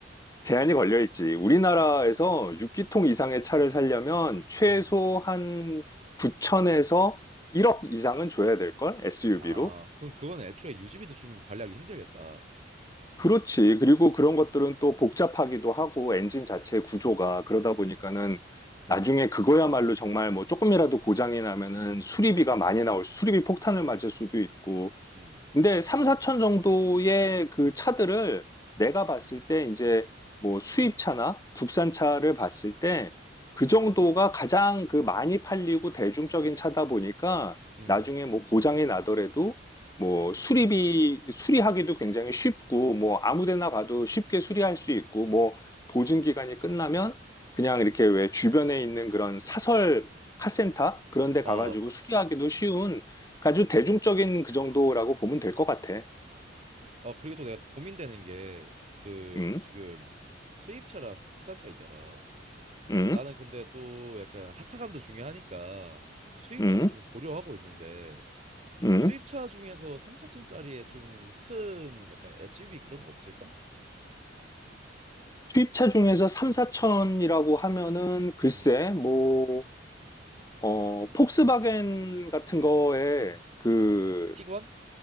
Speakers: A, on the left; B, on the right.
A: 제한이 걸려 있지. 우리나라에서
B: 아.
A: 6기통 이상의 차를 살려면 최소
B: 음.
A: 한 9천에서 1억 이상은 줘야 될걸? SUV로?
B: 아, 그럼 그건 애초에 유지비도 좀 관리하기 힘들겠다.
A: 그렇지. 그리고 그런 것들은 또 복잡하기도 하고 엔진 자체 구조가 그러다 보니까는 나중에 그거야말로 정말 뭐 조금이라도 고장이 나면은 수리비가 많이 나올, 수리비 폭탄을 맞을 수도 있고
B: 음.
A: 근데 3, 4천 정도의 그 차들을 내가 봤을 때 이제 뭐 수입차나 국산차를 봤을 때 그 정도가 가장 그 많이 팔리고 대중적인 차다 보니까
B: 음.
A: 나중에 뭐 고장이 나더라도 뭐 수리비, 수리하기도 굉장히 쉽고 뭐 아무 데나 가도 쉽게 수리할 수 있고 뭐 보증 기간이 끝나면 그냥 이렇게 왜 주변에 있는 그런 사설 카센터 그런 데
B: 어.
A: 가가지고 수리하기도 쉬운 아주 대중적인 그 정도라고 보면 될 것 같아.
B: 어, 그리고 또 내가 고민되는 게 그
A: 음,
B: 지금 수입차랑 국산차 있잖아.
A: 음,
B: 나는 근데 또 약간 하차감도 중요하니까 약간 수입차도
A: 음,
B: 좀 고려하고 있는데
A: 음.
B: 수입차 중에서 3, 4천짜리에 좀 큰 약간 SUV 그런 거 없을까?
A: 수입차 중에서 3, 4천이라고 하면은 글쎄,
B: 음.
A: 뭐, 어, 폭스바겐 같은 거에 그
B: 어. 티구안?